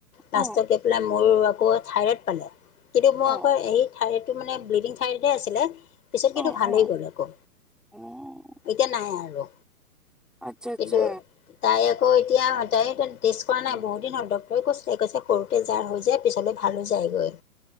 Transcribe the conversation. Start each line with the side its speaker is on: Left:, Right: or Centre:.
Left: লাষ্টত
Centre: অ'
Left: গৈ পেলাই মোৰ আকৌ থাইৰ'ড পালে। কিন্তু মই
Centre: অ'
Left: আকৌ এই থাইৰয়ডটো মানে ব্লিডিং থাইৰয়ড আছিলে। পিছত কিন্তু
Centre: অ'
Left: ভালেই
Centre: অ'
Left: গ'ল আকৌ
Centre: অ'
Left: এতিয়া নাই আৰু।
Centre: আচ্ছা, আচ্ছা।
Left: কিন্তু তাই আকৌ এতিয়া তাই টেষ্ট কৰা
Centre: উম,
Left: নাই বহুত দিন হ'ল তো তই কৈছে,। কৈছে সৰুতে যাৰ হৈ যায় পিছলৈ ভালো যায়গৈ